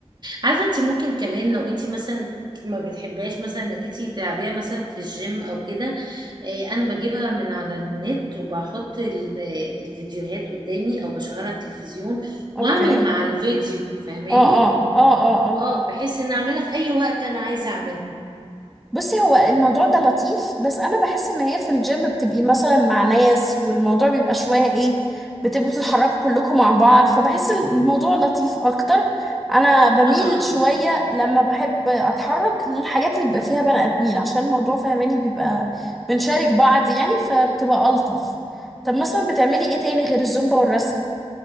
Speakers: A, on the right; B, in the centre.
A: عارفة انتي ممكن كمان لو انتي مثلا ما بتحبهاش مثلا انك انتي تلعبيها مثلا في الجيم او كده آه، انا بجيبها من على النت وبحط ال- الفيديوهات قدامي او بشغلها على التلفزيون
B: اوكي
A: واعمل مع الفيديو فاهماني
B: اه اه اه اه اه
A: اه بحيث ان اعملها في اي وقت انا عايزة اعمله
B: بصي هو الموضوع ده لطيف بس انا بحس ان هي في الجيم بتبقي مثلا مع ناس والموضوع بيبقى شويه ايه بتبقوا بتتحركوا كلكم مع بعض فبحس الموضوع لطيف اكتر انا بميل
A: طبعا
B: شويه لما بحب اتحرك للحاجات اللي بيبقى فيها بني ادمين عشان الموضوع فهماني بيبقى بنشارك بعض يعني فبتبقى الطف طب مثلا بتعملي ايه تاني غير الزومبا والرسم